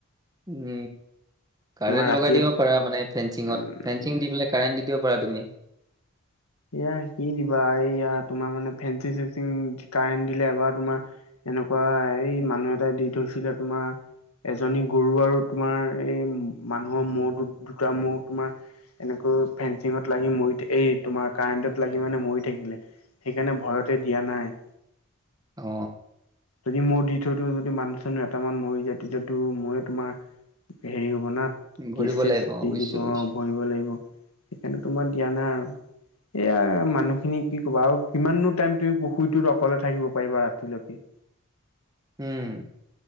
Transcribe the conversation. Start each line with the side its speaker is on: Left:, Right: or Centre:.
Right: উম
Left: তোমাৰ
Right: কাৰেণ্ট
Left: ৰাতিয়ে
Right: লগাই দিব পাৰা মানে ফেঞ্চিঙত
Left: উম
Right: ফেঞ্চিং দি পেলাই কাৰেন্ট দি দিব প পাৰা তুমি
Left: এয়া কি দিবা এই ইয়াত, তোমাৰ মানে ফেঞ্চি চেঞ্চিং কাৰেণ্ট দিলে এবাৰ তুমাৰ এনেকুৱা এই মানুহ এটাই দি থৈ, ছিলে তোমাৰ। এজনী গৰু আৰু তোমাৰ এই মানুহৰ মৌ দু দুটা মৌ তোমাৰ এনেকুৱা, ফেঞ্চিঙত লাগি মইতে এই তোমাৰ কাৰেণ্টত লাগি মানে মৰি থাকিলে সেইকাৰণে ভয়তে দিয়া নাই।
Right: অ
Left: যদি মই দি থৈতো যদি মানুহ চানুহ এটামান মৰি যায় তেতিয়াতো মই তোমাৰ, হেৰি হ'ব না
Right: ভৰিব
Left: কেচ চেচ
Right: লাগিব
Left: দি
Right: বুজিছো
Left: দিব অ
Right: বুজিছো
Left: ভৰিব লাগিব। সেইকাৰণেতো মই দিয়া নাই আৰু এয়া মানুহখিনি কি কবা আৰু কিমাননো টাইম তুমি পুখুৰীটোত অকলে থাকিব পাৰিবা ৰাতিলৈকে। <unintelligible>
Right: উম্।